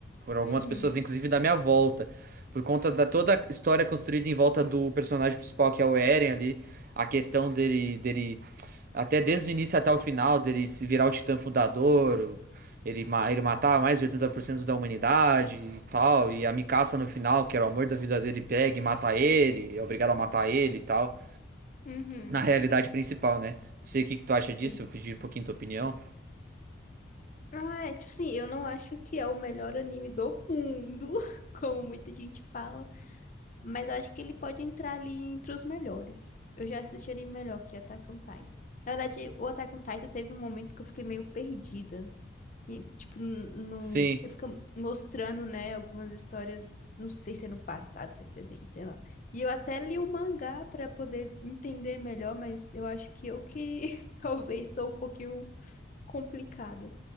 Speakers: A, on the right; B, on the left.
A: Por algumas
B: Uhum,
A: pessoas, inclusive da minha volta. Por conta da toda a história construída em volta do personagem principal, que é o Eren ali. A questão dele, dele até desde o início até o final, dele se virar o Titã Fundador, ele, ma- ele matava mais de 80% da humanidade e tal. E a Mikasa no final, que era o amor da vida dele, pega e mata ele, é obrigado a matar ele e tal.
B: uhum,
A: Na realidade principal, né? Não sei o que que tu acha
B: sim.
A: disso, eu pedi um pouquinho tua opinião.
B: Ah, é tipo assim, eu não acho que é o melhor anime do mundo, <laughs> como muita gente fala, mas eu acho que ele pode entrar ali entre os melhores. Eu já assisti anime melhor que é Attack on Titan. Na verdade, o Attack on Titan teve um momento que eu fiquei meio perdida. E, tipo, no
A: Sim.
B: porque fica mostrando, né, algumas histórias, não sei se é no passado, se é presente, sei lá. E eu até li o mangá pra poder entender melhor, mas eu acho que eu que <laughs> talvez sou um pouquinho complicada.